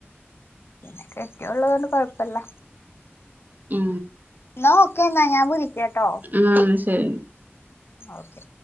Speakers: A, on the left (about 65°); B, on the right (about 45°).
A: പിന്നെ കെട്ടിയേ ഉള്ളതൊണ്ട് കൊഴപ്പല്ല.
B: ഉം
A: ആ ഓക്കെ എന്നാ ഞാൻ വിളിക്കട്ടോ
B: ആഹ് ശരി
A: ഓക്കേ.